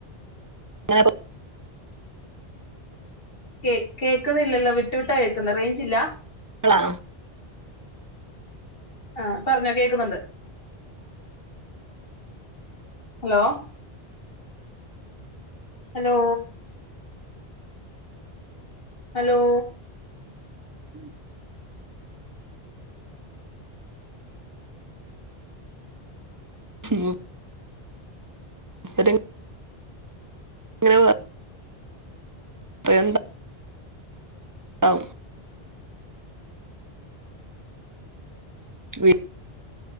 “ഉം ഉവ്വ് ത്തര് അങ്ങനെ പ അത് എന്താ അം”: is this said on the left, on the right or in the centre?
Right